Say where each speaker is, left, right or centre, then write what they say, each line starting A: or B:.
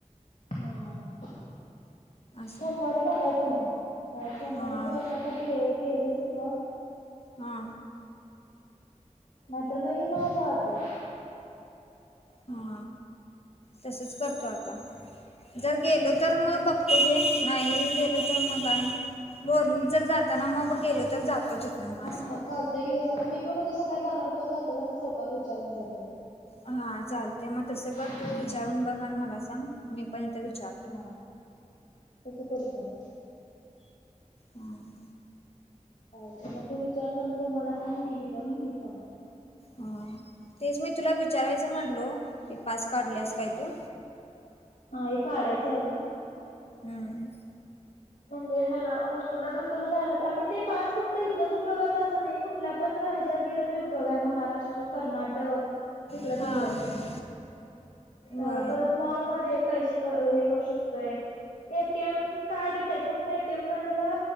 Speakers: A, on the left; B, on the left.
A: हा.
B: असं
A: सोमवारी बघायचं मग अ सोमवारी
B: हां
A: बघ केली तर बघ
B: हा.
A: नाहीतर बाई माझा हात बघ.
B: हा तसच करते आता. जर गेलो तर मग बघते गो नाही गेलो तर मग काय? वो जर जाताना मग गेलो तर जातो येत नाही मग
A: हा
B: असं
A: हा
B: करतो.
A: चालतंय आता मी पण उद्या सकाळी जाणार जाता जाता चौकात विचारून जातो.
B: हा चालते मग तसं कर
A: हम्म
B: तू विचारून बघ आणि मला सांग मी पण इथं विचार
A: हा तस करतो.
B: हां
A: अच्छ मग तू विचार मग तू मला सांग मी विचारून मी सांगतो.
B: हा तेच मी तुला विचारायचं म्हटलो. ते पास काढल्यास काय तू?
A: ताई काढायचं आहे ग
B: हम्म
A: म्हणजे याला हॉस्टेलला भेटेल <unintelligible> आणि ते पास फक्त इथच उपयोगात असं नाही. कुठल्या पण राज्यात गेलं तरी उपयोग आहे महा ते कर्नाटक तिकड
B: हां
A: तिकडं
B: बर
A: अ परत मॉलमध्ये पैसे अ हे करू शकतोय ए टी एम कार्ड फक्त एटीम कार्ड ला